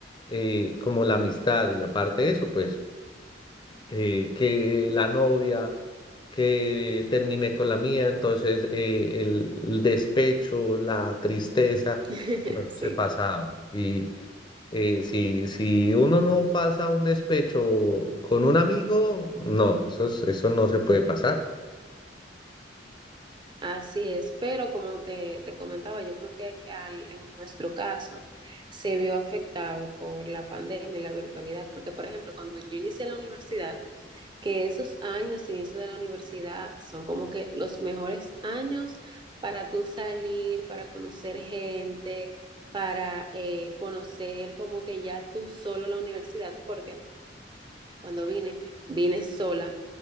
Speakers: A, on the left; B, on the right.
A: eh, como la amistad y aparte de eso, pues eh, que la novia, que terminé con la mía, entonces eh, el, el despecho, la tristeza,
B: <laughs>
A: bueno, eso
B: Sí,
A: se pasaba. Y eh, si, si uno no pasa un despecho con un amigo, no, eso es- eso no se puede pasar.
B: así es. Pero como te, te comentaba, yo creo que al- en nuestro caso se vio afectado por la pandemia y la virtualidad, porque por ejemplo, cuando yo inicié la universidad, que esos años, inicio de la universidad, son como que los mejores años para tú salir, para conocer gente, para eh, conocer como que ya tú solo la universidad, porque cuando vine, vine sola.